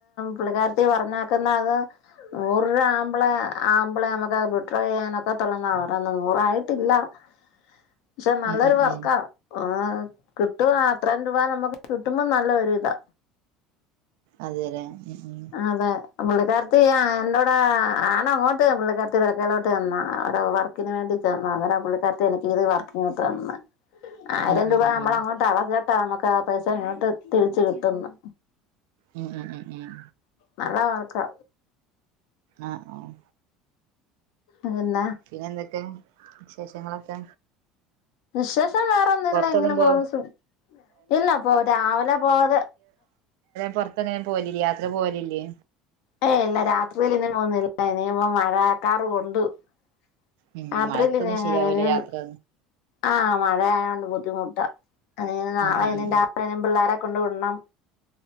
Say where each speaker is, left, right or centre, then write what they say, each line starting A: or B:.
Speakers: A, on the left; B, on the right.
A: പുള്ളിക്കാരത്തി പറഞ്ഞേക്കുന്നെ അത് നൂറ് രൂപ ആമ്പാളെ അമ്പാളെ നമുക്ക് അത് വിഡ്രോ ചെയ്യാനോക്കത്തോള്ളാന്നാ പറയുന്നത് നൂറ് ആയിട്ടില്ല <inaudible> പക്ഷെ നല്ലൊരു
B: ഉം ഉം
A: വർക്കാ
B: ഉം
A: ആഹ് കിട്ടും അത്രയും രൂപ നമുക്ക് കിട്ടുമ്പോ നല്ല ഒരു ഇതാ
B: അതെലെ ഉം
A: അതെ പുള്ളിക്കാർത്തി ആഹ് എന്നോട് ഞാന് അങ്ങോട്ട് പുള്ളിക്കാർത്തിടെ അടുക്കലോട്ട് ചെന്നയാ അവിടെ വർ ഇതിന് വേണ്ടി ചെന്നെയാ അന്നേരം പുള്ളിക്കാരിത്തി എനിക്ക് ഇത് വർക്കിങ്ങ് തന്ന് ആയിരം
B: ഉം ഉം
A: രൂപ
B: ഉം
A: നമ്മള്
B: ഉം
A: അങ്ങോട്ട് അടച്ചിട്ടാ നമ്മുക്ക് ആഹ് പൈസ ഇങ്ങോട്ട് തിരിച്ച് കിട്ടുന്നേ
B: ഉം ഉം ഉം ഉം
A: നല്ല വർക്കാ
B: ആഹ് ആഹ്
A: അതെന്നാ
B: പിന്നെ എന്തൊക്കെ വിശേഷങ്ങളൊക്കെ
A: വിശേഷം വേറോന്നുല്ല
B: പൊറത്തൊന്നും
A: ഇങ്ങനെ
B: പോ
A: പോന്ന് സുഖ ഇല്ല രാവിലെ പോകാതെ
B: പുറത്ത് അങ്ങനെ പോവല് ഇല്ലേ യാത്ര പോവലില്ലേ
A: ഏയ് ഇല്ല രാത്രിയിൽ ഇന്ന് പോന്നില്ല ഇനിയിപ്പോ മഴക്കാറ് കൊണ്ടു <unintelligible>
B: ഉം മഴത്തൊന്നും
A: ഞാൻ
B: ശരിയാവൂല യാത്രയൊന്നും
A: ആഹ് മഴ ആയതോണ്ട് ബുദ്ധിമുട്ട അങ്ങനെ ഇനി നാളെ
B: ഉം ഉം
A: ഇനിം
B: ഉം
A: രാത്രീ
B: ഉം
A: പിള്ളേരെ കൊണ്ട് വിടണം